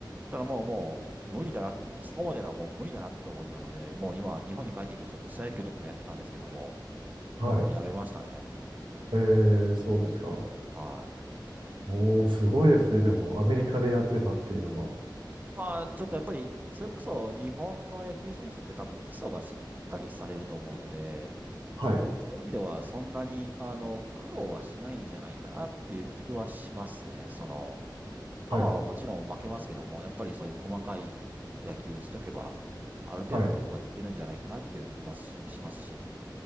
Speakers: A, on the right; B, on the right.
A: ただもうもう無理だな、そこまではもう無理だなと思ったので、もう今日本に帰ってきてちょっと草野球とかもやってたんですけども、
B: はい。
A: もうやめましたね。
B: えー、そうですか。
A: はい。
B: おー、すごいですね。でも、アメリカでやってたっていうのは。
A: まあ、ちょっとやっぱり、それこそ日本の野球選手って多分基礎がしっかりされると思うので、
B: はい。
A: そういう意味ではそんなに、あの、苦労はしないんじゃないかなっていう気はしますね。その、パワーはもちろん負けますけども、
B: はい。
A: やっぱりそういう細かい野球しとけば、ある程度のとこまでいけるんじゃないかなっていう気もししますし。
B: はい。